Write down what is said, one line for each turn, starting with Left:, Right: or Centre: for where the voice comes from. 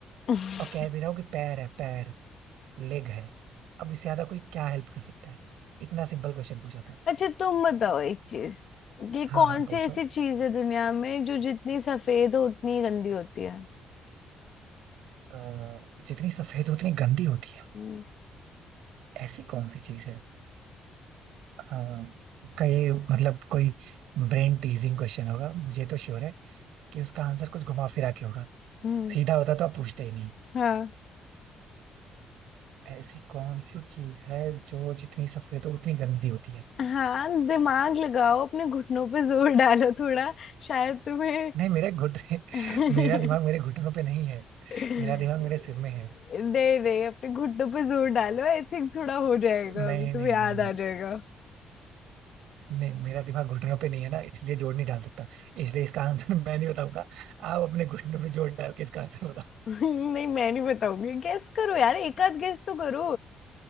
Left: <laughs>
Right: और कह भी रहा हूँ कि पैर है पैर लेग है अब इससे ज्यादा कोई क्या हेल्प कर सकता है इतना सिंपल क्वेश्चन पूछा था
Left: अच्छा तुम बताओ एक चीज कि
Right: हाँ
Left: कौन
Right: हाँ
Left: सी
Right: पूछो
Left: ऐसी चीज है दुनिया में जो जितनी सफेद हो उतनी गंदी होती है
Right: अ, जितनी सफेद उतनी गंदी होती है
Left: हम्म
Right: ऐसी कौन सी चीज है हाँ पक्का ये मतलब कोई ब्रेन टीजिंग क्वेश्चन होगा मुझे तो श्योर है कि उसका आंसर कुछ घुमा फिरा के होगा
Left: हम्म,
Right: सीधा होता तो आप पूछते ही नहीं
Left: हाँ
Right: ऐसी कौन सी चीज है जो जितनी सफेद हो उतनी गंदी होती है
Left: हाँ दिमाग लगाओ अपने घुटनों पे जोर डालो थोड़ा शायद तुम्हें
Right: नहीं मेरे घुटने <laughs>
Left: <laughs>
Right: मेरा दिमाग मेरे घुटनों पे नहीं है
Left: नहीं
Right: मेरा दिमाग मेरे सिर में है
Left: नहीं अपने घुटनों पे जोर डालो आई थिंक थोड़ा हो जाएगा
Right: नहीं
Left: अभी तुम्हें
Right: नहीं
Left: याद
Right: नहीं नहीं
Left: आ जाएगा <laughs>
Right: नहीं मेरा दिमाग घुटनों पे नहीं है ना इसलिए जोड़ नहीं डाल सकता इसलिए इसका आंसर <laughs> मैं नहीं बताऊंगा आप अपने घुटनों पे जोड़ डाल के इसका आंसर
Left: नहीं मैं नहीं बताऊंगी गेस करो यार एक आध गेस तो करो